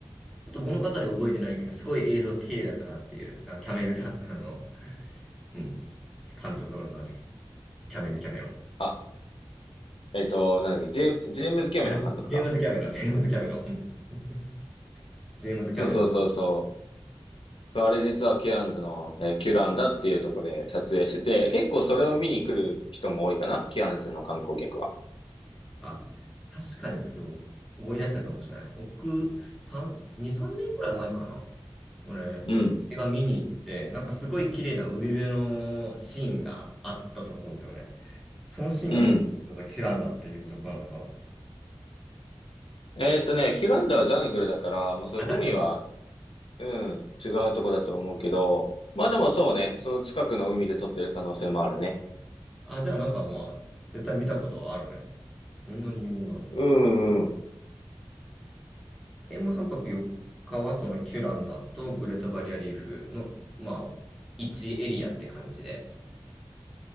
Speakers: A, in the centre; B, on the left.
A: ちょっと物語覚えてないけど、すごい映像綺麗だったなっていう、なんかキャメズキャ、あの、うん、監督の名前で、キャメズキャメロン。
B: あ、えっと、なんだっけ、ジェ、ジェームズ・キャメロン監督か。
A: あれ、ジェームズキャメロン、ジェームズキャメロン。うん。<laughs> ジェームズ・
B: そうそうそうそう。
A: キャメロン
B: そう、あれ実はケアンズの、えーキュランダっていうとこで撮影してて、結構それを見に来る人も多いかな、ケアンズの観光客は。
A: あ、確かにちょっと思い出したかもしれない。僕、3、2、3年くらい前かな。俺、
B: うん。
A: 映画見に行って、なんかすごい綺麗な海辺のシーンがあったと思うんだよね。そのシーンがもう、
B: うん。
A: キュランダっていうところなのかな。
B: えーっとね、キュランダはジャングルだから、まあ、そう、
A: あ、誰なの
B: 海は、うん、違うとこだと思うけど、まあでもそうね、その近くの海で撮ってる可能性もあるね。
A: あ、じゃあなんかまあ、絶対見たことはあるね。そんなに有名なの。
B: うんうん。
A: え、もう3泊4日はそのキュランダとグレートバリアリーフの、まあ、1エリアって感じで。